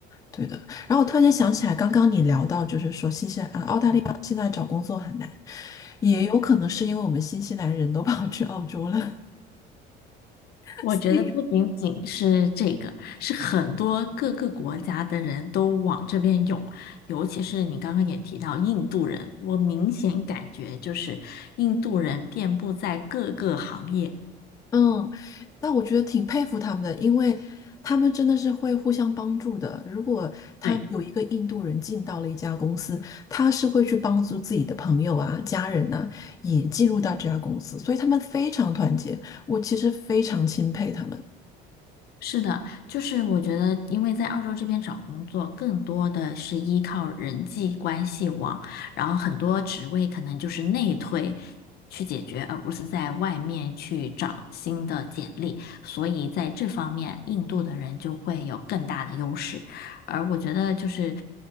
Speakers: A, on the left (about 20°); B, on the left (about 60°).
A: 对的，然后我突然间想起来，刚刚你聊到，就是说新西兰啊，澳大利亚现在找工作很难，也有可能是因为我们新西兰人都跑去澳洲了。
B: 嗯，
A: <laughs>
B: 我觉得不仅仅是这个，
A: 所以
B: 是很多各个国家的人都往这边涌，尤其是你刚刚也提到印度人，我明显感觉就是印度人遍布在各个行业。
A: 嗯，那我觉得挺佩服他们的，因为他们真的是会互相帮助的。如果他有一个印度人进到了一家公司，
B: 对。
A: 他是会去帮助自己的朋友啊、家人呐、也进入到这家公司，所以他们非常团结。我其实非常钦佩他们。
B: 是的，就是我觉得，因为在澳洲这边找工作，更多的是依靠人际关系网，然后很多职位可能就是内推去解决，而不是在外面去找新的简历，所以在这方面，印度的人就会有更大的优势。而我觉得就是